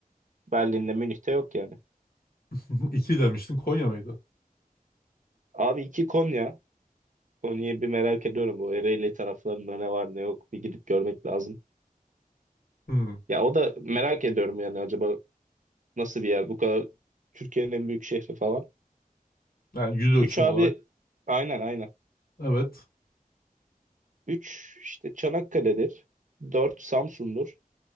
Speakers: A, on the right (about 55°); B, on the left (about 80°).
A: Berlin'de Münih'te yok yani.
B: <laughs> İki demiştin Konya mıydı?
A: Abi iki Konya. Konya'yı bir merak ediyorum. Bu Ereğli taraflarında ne var ne yok bir gidip görmek lazım.
B: Hmm.
A: Ya o da merak ediyorum yani acaba nasıl bir yer bu kadar Türkiye'nin en büyük şehri falan.
B: Yani yüz ölçüm
A: Üç abi
B: olarak.
A: aynen aynen.
B: Evet.
A: Üç işte Çanakkale'dir. Dört Samsun'dur.